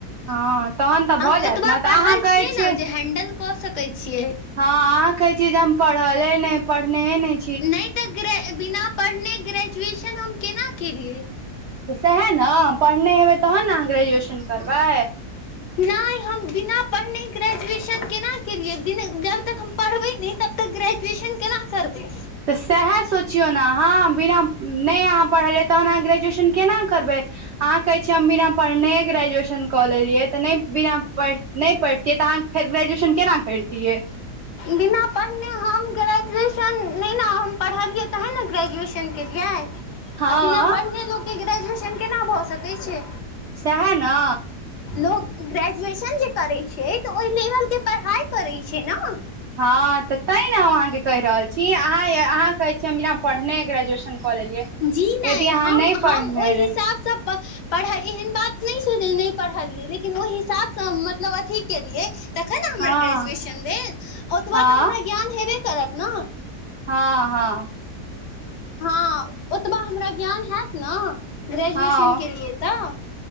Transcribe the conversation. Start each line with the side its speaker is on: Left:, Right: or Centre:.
Right: हँ तहन तऽ
Left: हम
Right: भऽ जायत
Left: ओतबा
Right: ने तऽ
Left: पढ़ल
Right: अहाँ कहै
Left: छीयय
Right: छियै
Left: नऽ जे हेण्डल कऽ सकैय छियै
Right: हँ अहा कहै छीये जे हम पढ़ले नऽ पढ़ने नई
Left: नहि तऽ ग्रे बिना पढ़ने ग्रेजुएशन हम केना केलियै
Right: सएह नऽ पढ़ने हेबै तहन ने अहाँ ग्रेजुएशन करबै
Left: नहि हम बिना पढ़ने ग्रेजुएशन केना केलियै बिन जब तब तक हम पढ़बै नहि तब तक ग्रेजुएशन केना करबै
Right: तऽ सएह सोचियौ नऽ अहाँ बिना न नहि अहाँ पढ़लियै तहन अहाँ ग्रेजुएशन केना करबै अहाँ कहै छीयै हम बिना पढ़ने ग्रेजुएशन कऽ लेलियै तऽ नै बिना पढ़ नै पैढ़तियै तऽ अहाँ फेर ग्रेजुएशन केना कैरतियै?
Left: बिना पढ़ने हम ग्रेजुएशन नै ना हम पढ़लियै तहन ने ग्रेजुएशन केलियै
Right: हँ
Left: आ बिना पढ़ने लोकके ग्रेजुएशन केना भऽ सकै छै
Right: सएह ने
Left: लोक ग्रेजुएशन जे करै छै तऽ ओय लेवलके पढ़ाइ करै छै ने
Right: हँ तऽ तें ने हम अहाँके कहि रहल छी अहाँ अहाँ कहे छीयै हम बिना पढ़ने ग्रेजुएशन कऽ लेलियै
Left: जी नहि
Right: यदि अहाँ
Left: हम
Right: नहि
Left: हम
Right: पढ़ने
Left: ओहि हिसाबसँ
Right: रह
Left: प पढ़ल एहन बात नहि छै जे नहि पढ़लियै लेकिन ओहि हिसाबसँ हम मतलब अथी केलियै तखन नऽ हमरा
Right: हँ
Left: ग्रेजुएशन भेल ओतबा
Right: हँ
Left: तऽ हमरा ज्ञान हेबे करत नऽ-
Right: हँ हँ
Left: हँ ओतबा हमरा ज्ञान हैत नऽ ग्रेजुएशन
Right: हँ
Left: केलियै तऽ